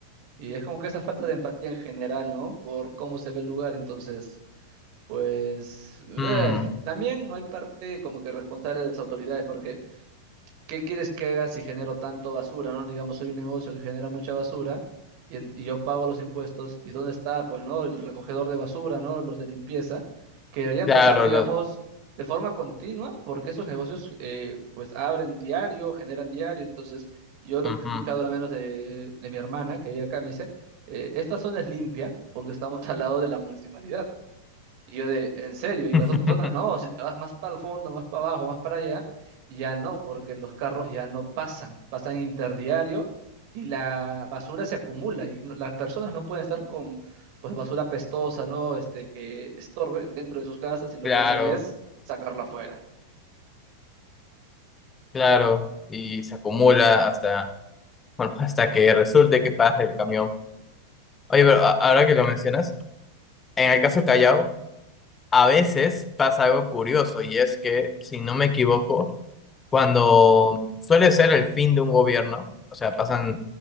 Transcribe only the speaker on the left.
Mm,
claro,
lo-
ujú.
<laughs>
Claro,
claro, y se acumula hasta, bueno, hasta que resulte que pasa el camión. Oye, pero a- ahora que lo mencionas, en el caso de Callao, a veces pasa algo curioso y es que, si no me equivoco, cuando suele ser el fin de un gobierno, o sea, pasan